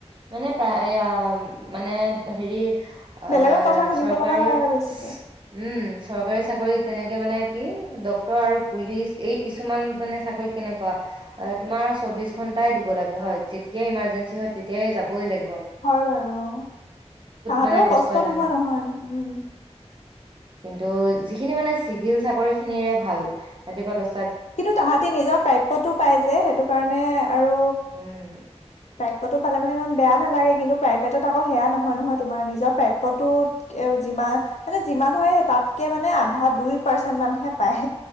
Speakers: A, on the right (about 45°); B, on the left (about 80°).
A: মানে প্ৰায়য়া মানে হেৰি অ
B: বেলেগৰ কথা শুনিব
A: চৰকাৰী
B: লগা হয়
A: ইচপ্‌
B: আৰু বেছিকে
A: উম চৰকাৰী চাকৰিত তেনেকে মানে কি ডক্তৰ আৰু পুলিচ এই কিছুমান মানে চাকৰিত কেনেকুৱা তোমাৰ চৌবিচ ঘন্টাই দিব লাগে হয় তেতিয়া ইমাৰ্জেঞ্চি হয় তেতিয়াই যাবই লাগে
B: হয় বাৰু অ তাহাঁতেও
A: মানে
B: কষ্ট
A: এটা
B: নোহোৱা
A: হয়
B: নহয় উম
A: কিন্তু যিখিনি মানে চিভিল চাকৰি খিনিৰে ভাল ৰাতিপুৱা দচ
B: কিন্তু তাহাঁতি নিজৰ প্ৰাপ্যটো পাই যে সেইটো কাৰণে আৰু
A: উম
B: প্ৰাপ্য টো পালে মানে ইমান বেয়া নালাগে কিন্তু প্ৰাইভেটত আকৌ সেয়া নহয় নহয় তুমাৰ নিজৰ প্ৰাপ্যটো যিমান- যিমান মানে যিমান হয় তাতকে মানে আধা দুই পাৰ্চেন মানহে পায়